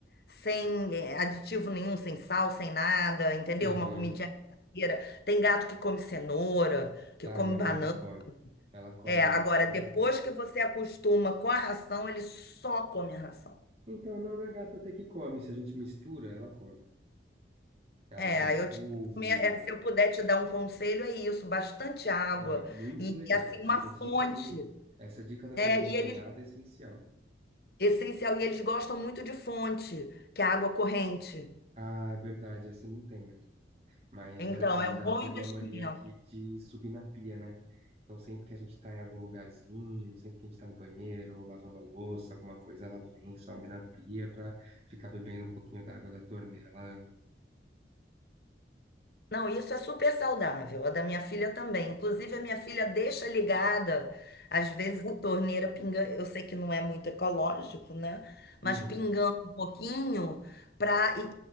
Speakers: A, on the left (about 55°); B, on the right (about 35°).
A: sem eh, aditivo nenhum, sem sal, sem nada, entendeu?
B: Aham.
A: Uma comidinha caseira. Tem gato que come cenoura, que
B: Ah,
A: come
B: minha
A: banana.
B: gata come. Ela come
A: É, agora,
B: fruta.
A: depois que você acostuma com a ração, ele só come a ração.
B: Então, não, minha gata até que come. Se a gente mistura, ela come. Ela
A: É,
B: come
A: aí
B: couve,
A: eu te, é, se eu puder te dar um conselho, é isso, bastante água
B: Não, muito
A: e,
B: legal.
A: e, assim, uma
B: Essa
A: fonte.
B: dica do, essa dica da
A: É,
B: comida
A: e
B: molhada
A: eles,
B: é essencial.
A: essencial, e eles gostam muito de fonte, que é água corrente.
B: Ah, é verdade, essa eu não tenho. Mas,
A: Então,
B: é, é, mas
A: é um
B: ela
A: bom
B: pegou
A: investimento.
B: a mania aqui de subir na pia, né? Então sempre que a gente tá em algum lugarzinho, sempre que a gente tá no banheiro, ou lavando a louça, alguma coisa, ela vem, sobe na pia pra ficar bebendo um pouquinho da água da torneira. Ela ama.
A: Não, isso é super saudável. A da minha filha também. Inclusive, a minha filha deixa ligada, às vezes, a torneira pingando. Eu sei que não é muito ecológico, né? Mas
B: Uhum.
A: pingando um pouquinho pra... e,